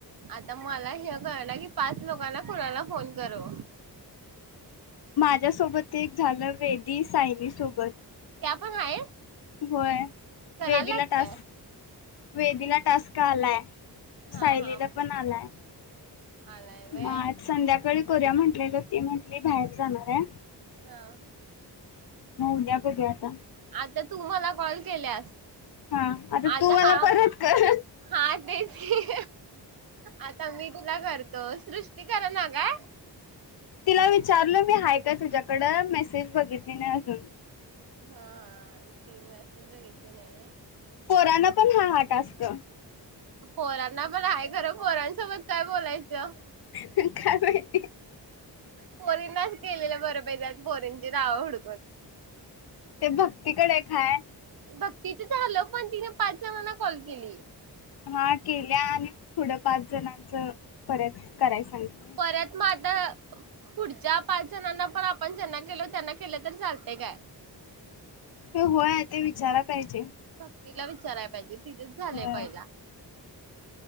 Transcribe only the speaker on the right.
आता माला हे कळलय, की पाच लोकांना कुणाला फोन करु?
त्या पण आहेत.
करायला
लागतय
हा
हा.
आलाय व्हय
हा!
आता तू मला, कॉल केल्यास.
आता
हा,
हा, तेच की आता मी तुला करतो सृष्टी करनं ना. काय?
हा तीनं. तुझं एक केलंय?
पोरांना पण आहे खरं, पोरांसोबत काय बोलायचं. त्या!
पोरीनांच, केलेलं बरं बाई पोरी ते रा हूड
बघ तीचं झालं. पण तिनं पाचव्या <unintelligible> कॉल केली.
परत मग आता पुढच्या पाच जणांना पण आपण, ज्यांना केलो त्यांना केलं तर, चालते काय?
भक्तीला, विचाराया पाहिजे तिजच झालंय
पहिला.